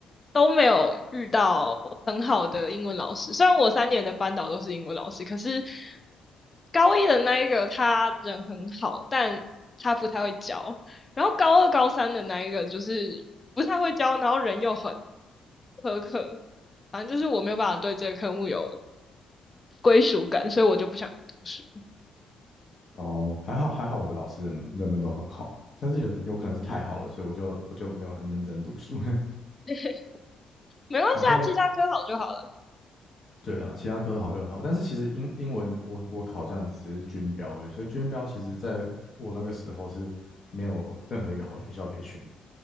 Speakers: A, on the left; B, on the left.
A: 都没有遇到很好的英文老师。虽然我三年的班导都是英文老师，可是高一的那一个他人很好，但他不太会教。然后高二、高三的那一个就是不太会教，然后人又很苛刻，反正就是我没有办法对这个科目有归属感，所以我就不想读书。
B: 哦，还好还好，我的老师人们人们都很好。但是有有可能是太好了，所以我就我就没有很认真读书。
A: <laughs> 没关系啊，
B: <laughs> 然后
A: 其他科好就好了。
B: 对啊，其他科好就好，但是其实英英文我我考这样子只是军标而已所以军标其实在我那个时候是没有任何一个好学校可以选